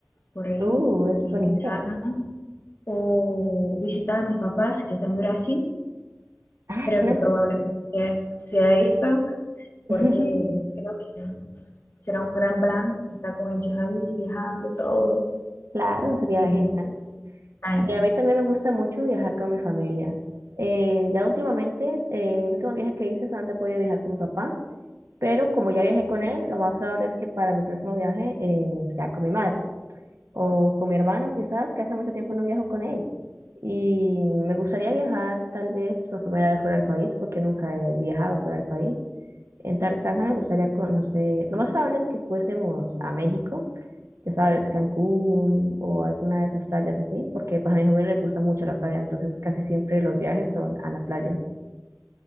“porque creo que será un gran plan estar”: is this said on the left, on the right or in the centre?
Left